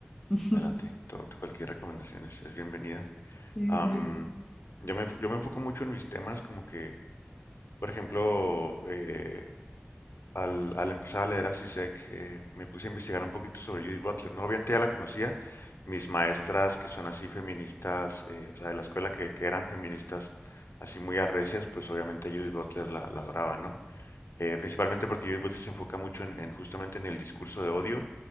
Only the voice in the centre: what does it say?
<laughs>
Eh,
Mary.